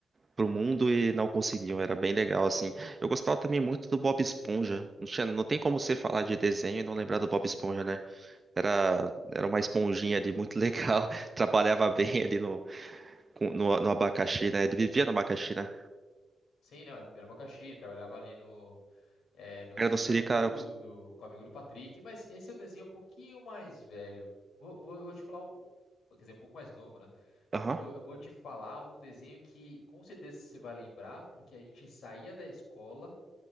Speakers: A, on the right; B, on the left.
A: pro mundo e não conseguiam. Era bem legal, assim. Eu gostava também muito do Bob Esponja. Não tinha, não tem como você falar de desenho e não lembrar do Bob Esponja, né? Era, era uma esponjinha ali muito legal. <laughs> Trabalhava bem ali no, com- no, no abacaxi, né? Ele vivia no abacaxi, né?
B: Sim, não, é Viviane Abacaxi, trabalhava ali é, no
A: Era
B: Siri
A: no Sirica.
B: Cascudo, com o amigo do Patrick, mas esse é o desenho um pouquinho mais velho. Vou, vou- vou te falar um. Quer dizer, um pouco mais novo, né?
A: Aham.
B: Eu vou, eu vou te falar um desenho que com certeza você vai lembrar, porque a gente saía da escola